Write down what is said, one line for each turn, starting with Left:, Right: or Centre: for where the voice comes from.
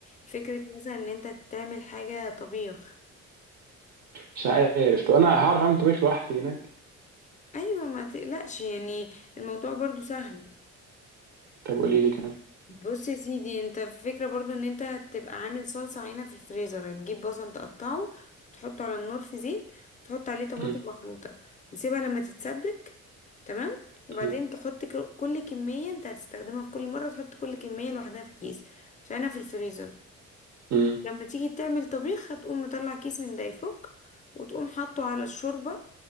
Left: فكره مثلا ان انت تعمل حاجه طبيخ
Right: مش عارف طب انا هعرف اعمل طبيخ لوحدي هناك
Left: ايوه ما تقلقش يعني الموضوع برضو سهل
Right: طب قولي لي كده
Left: بص يا سيدي انت الفكرة برضو ان انت تبقى عامل صلصة عينة في الفريزر هتجيب بصل تقطعه وتحطه على النار في زيت وتحط عليه طماطم
Right: مم.
Left: مخلوطة وسيبها لما تتسبك تمام وبعدين
Right: مم.
Left: تحط ك- كل كمية انت هتستخدمها في كل مرة تحط كل كمية لوحدها في كيس وتعينها في الفريزر
Right: مم.
Left: لما تيجي تعمل طبيخ هتقوم مطلع كيس من ده يفك وتقوم حاطه على الشوربة